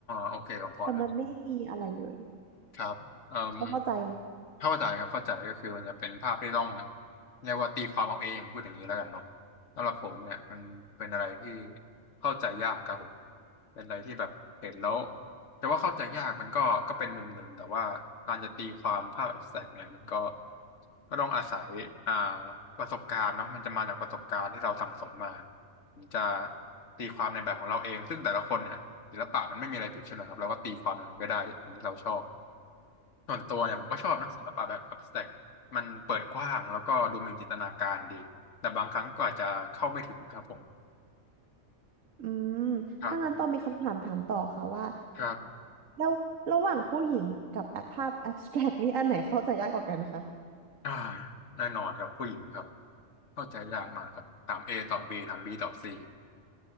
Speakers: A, on the left; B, on the right.
A: โอเคผมพอนึก
B: แต่มันไม่มีอะไรเลย
A: ครับเอ่ม
B: เราเข้าใจไหม
A: เข้าใจครับเข้าใจก็คือมันจะเป็นภาพที่ต้องเรียกว่าตีความเอาเองพูดอย่างนี้แล้วกันเนาะสำหรับผมเนี่ยมันเป็นอะไรที่เข้าใจยากครับผมเป็นอะไรที่แบบเห็นแล้วแต่ว่าเข้าใจยากมันก็ก็เป็นมุมหนึ่งแต่ว่าการจะตีความภาพ abstract เนี่ยมันก็ก็ต้องอาศัยอ่าประสบการณ์เนาะมันจะมาจากประสบการณ์ที่เราสั่งสมมาถึงจะตีความในแบบของเราเองซึ่งแต่ละคนเนี่ยศิลปะมันไม่มีอะไรผิดใช่ไหมครับเราก็ตีความอย่างนั้นก็ได้อย่างที่เราชอบ ส่วนตัวเนี่ยผมก็ชอบนะศิลปะแบบ abstract มันเปิดกว้างแล้วก็ดูมีจินตนาการดีแต่บางครั้งก็อาจจะเข้าไม่ถึงครับผม
B: อืมถ้างั้นต้องมีคำถามถามต่อค่ะว่า
A: ครับครับ
B: แล้วระหว่างผู้หญิงกับแอปภาพแอบสแตรกนี่อันไหนเข้าใจยากกว่ากันคะ
A: อ่าแน่นอนครับผู้หญิงครับเข้าใจยากมากครับถาม A ตอบ B ถาม B ตอบ C